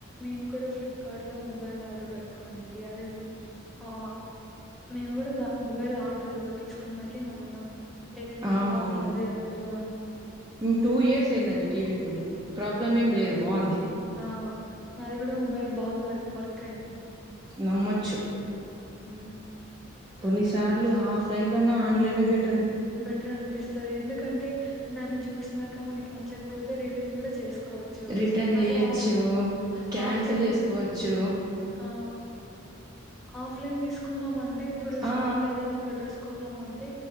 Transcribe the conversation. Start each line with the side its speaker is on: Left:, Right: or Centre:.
Centre: నేను కూడా ఫ్లిప్కార్ట్ లో మొబైల్ ఆర్డర్ పెట్ కొన్నింటి అదే ఆ నేను కూడ మొబైల్ ఆర్డర్ తీసుకున్నాకే నమ్మిన ఏదైనా
Right: అవునవును
Centre: బాగుంటది అందులో అని
Right: ఉమ్, టూ ఇయర్స్ అయిందండి టీవీ కొని ప్రాబ్లం ఏం లేదు
Centre: అవునా
Right: బాగుంది
Centre: ఆ నాది కూడ మొబైల్ బాగ వర్క్ వర్క్ అయింది
Right: నమ్మొచ్చు
Centre: ఆ
Right: కొన్ని సార్లు ఆఫ్లైన్ కన్నా ఆన్లైన్ బెట్
Centre: బెటర్ అనిపిస్తది ఎందుకంటే దాన్ని చూసినాక మనకి నచ్చకపోతే రిటర్న్ కూడ చేసు కోచ్చు
Right: రిటర్న్
Centre: అదే
Right: చేయొచ్చు క్యాన్సిల్
Centre: ఆఫ్లైన్
Right: చేసుకోవచ్చు
Centre: వెళ్ళి ఆ ఆఫ్లైన్ తీసుకున్నా మంటె ఇప్పుడు షాప్
Right: ఆ
Centre: లో ఏదైనా ఒక డ్రెస్ కొన్నామంటే అతే